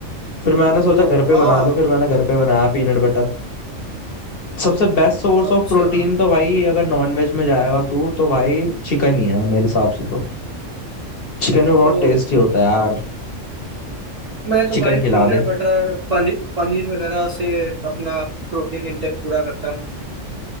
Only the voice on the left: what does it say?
फिर मैंने सोचा
घर पे
बना लूं फिर मैंने घर पे बनाया पीनट बटर सबसे बेस्ट सोर्स
ऑफ प्रोटीन तो भाई अगर नॉन वेज में जाएगा तू तो भाई चिकन ही है मेरे हिसाब से तो चिकन में बहुत
टेस्टी होता है यार
चिकन
खिला
दे